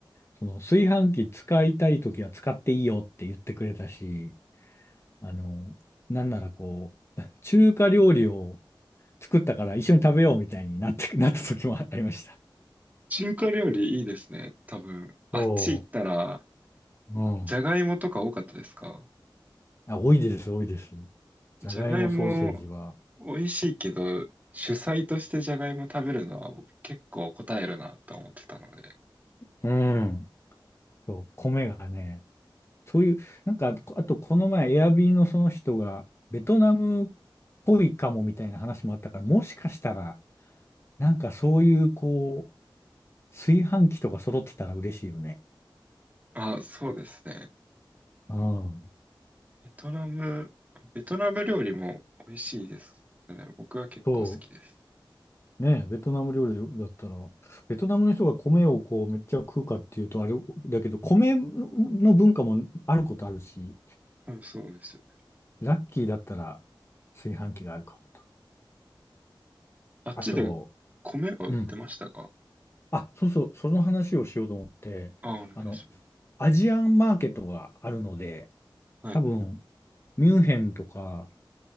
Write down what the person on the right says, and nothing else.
中華料理いいですね。多分、あっち行ったら、
じゃがいもとか多かったですか
じゃがいも美味しいけど、主菜としてじゃがいも食べるのは僕結構答えるなと思ってたので。
あ、そうですね。
ベトナム、ベトナム料理も美味しいですよね。僕は結構好きです。
はい、そうです。
あっちで
米は売ってましたか
あ、お願いします。
はい。